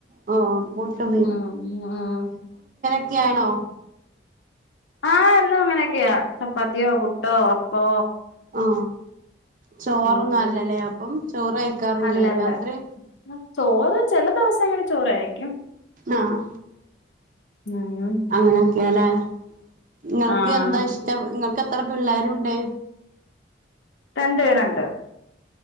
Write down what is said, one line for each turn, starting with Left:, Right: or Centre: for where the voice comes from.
Right: ഓ പുട്ടും
Left: ഉം ഉം
Right: ക്കെയാണോ
Left: ആഹ എന്നും അങ്ങനെക്കെയാ ചപ്പാത്തിയോ പുട്ടോ അപ്പോ
Right: ആ ചോറൊന്നല്ലല്ലേ
Left: ഉം
Right: അപ്പം ചോറ് കഴിക്കാറില്ലേ
Left: അല്ലല്ല
Right: രാത്രി
Left: ആ, ചോറ് ചെല ദിവസങ്ങളിൽ ചോറ് ആയിരിക്കും
Right: ആഹ്
Left: ഉം
Right: അങ്ങനെ <unintelligible> നിങ്ങൾക്ക്
Left: ആഹ്
Right: എന്താ ഇഷ്ടം ഇങ്ങ നിങ്ങക്ക് എത്ര പിള്ളേരുണ്ട്
Left: രണ്ട് പേരൊണ്ട്